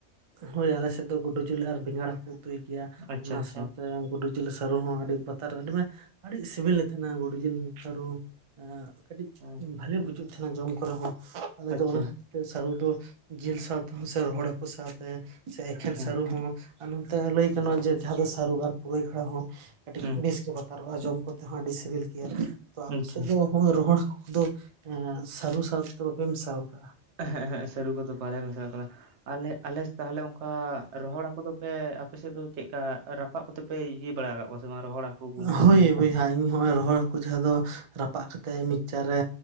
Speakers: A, on the right; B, on the right.
A: ᱦᱳᱭ ᱟᱞᱮᱥᱮᱫ ᱫᱚ ᱜᱩᱰᱩ ᱡᱤᱞ ᱟᱨ ᱵᱮᱸᱜᱟᱲ ᱦᱚᱸᱠᱚ ᱩᱛᱩᱭ ᱜᱮᱭᱟ
B: ᱟᱪᱪᱷᱟ
A: ᱚᱱᱟ
B: ᱟᱪᱪᱷᱟ
A: ᱥᱟᱶᱛᱮ ᱜᱩᱰᱩ ᱡᱤᱞ ᱥᱟᱹᱨᱩ ᱦᱚᱸ ᱟᱹᱰᱤ ᱵᱟᱛᱟᱨ ᱨᱮ ᱟᱹᱰᱤ ᱟᱹᱰᱤ ᱥᱤᱵᱤᱞᱮ ᱛᱟᱦᱮᱱᱟ ᱜᱳᱰᱩ ᱡᱤᱞ ᱥᱟᱹᱨᱩ᱾ ᱠᱟᱹᱴᱤᱡ
B: ᱦᱮᱸ
A: ᱵᱷᱟᱞᱤ ᱵᱩᱡᱩᱜ ᱛᱟᱦᱮᱱᱟ ᱡᱚᱢ ᱠᱚᱨᱮ ᱦᱚᱸ, ᱟᱞᱮ
B: ᱟᱪᱪᱷᱟ
A: ᱫᱚ ᱚᱱᱟ ᱥᱟᱹᱨᱩ ᱫᱚ ᱡᱤᱞ ᱥᱟᱶᱛᱮᱦ ᱥᱮ ᱨᱚᱦᱚᱲ ᱦᱟᱹᱠᱩ ᱥᱟᱶᱛᱮ ᱥᱮ ᱮᱠᱷᱮᱱ
B: ᱦᱮᱸ
A: ᱥᱟᱹᱨᱩ ᱦᱚᱸ ᱟᱨ ᱱᱚᱱᱛᱮ ᱞᱟᱹᱭ ᱜᱟᱱ ᱡᱮ ᱡᱟᱦᱟᱸ ᱫᱚ ᱥᱟᱨᱩ ᱟᱨ ᱯᱩᱨᱟᱹᱭ ᱠᱷᱲᱟ ᱦᱚᱸ ᱠᱟᱹᱴᱤᱡ
B: ᱦᱮᱸ
A: ᱵᱮᱥ ᱜᱮ ᱵᱟ ᱟᱨᱚ ᱟᱸᱡᱚᱢ ᱠᱚᱛᱮ ᱦᱚᱸ ᱟᱹᱰᱤ ᱥᱤᱵᱤᱞ ᱜᱮᱭᱟ ᱛᱚ ᱟᱯᱮ
B: ᱟᱪᱪᱷᱟ
A: ᱥᱮᱫ ᱫᱚ ᱦᱳᱭ ᱨᱚᱦᱚᱲ ᱦᱟᱹᱠᱩ ᱠᱚᱫᱚ ᱮ ᱥᱟᱹᱨᱩ ᱥᱟᱶ ᱛᱮᱫᱚ ᱵᱟᱯᱮ ᱢᱮᱥᱟᱣ ᱠᱟᱜᱼᱟ
B: ᱮᱸᱦᱮᱜ ᱮᱸᱦᱮᱜ ᱥᱟᱹᱨᱩ ᱠᱚᱫᱚ ᱵᱟᱞᱮ ᱢᱮᱥᱟᱜ ᱠᱟᱱᱟ ᱟᱞᱮ ᱟᱞᱮ ᱛᱟᱦᱚᱞᱮ, ᱚᱱᱠᱟ ᱨᱚᱦᱚᱲ ᱦᱟᱹᱠᱩ ᱫᱚᱯᱮ ᱟᱯᱮ ᱥᱮᱫ ᱫᱚ ᱪᱮᱫ ᱞᱮᱠᱟ ᱨᱟᱯᱟᱜ ᱠᱚᱛᱮ ᱯᱮ ᱤᱭᱟᱹ ᱵᱟᱲᱟ ᱟᱠᱟᱫ ᱠᱚᱣᱟ ᱥᱮ ᱨᱚᱦᱚᱲ ᱟᱠᱚ
A: ᱦᱳᱭ
B: ᱩᱱᱠᱩ ᱡᱟᱦᱟᱸᱭ,
A: ᱵᱚᱭᱦᱟ ᱤᱧ ᱱᱚᱜᱚᱭ ᱨᱚᱦᱚᱲ ᱦᱟᱹᱠᱩ ᱡᱟᱦᱟᱸ ᱫᱚ ᱨᱟᱯᱟᱜ ᱠᱟ ᱛᱮ ᱢᱤᱠᱥᱪᱟᱨ ᱨᱮ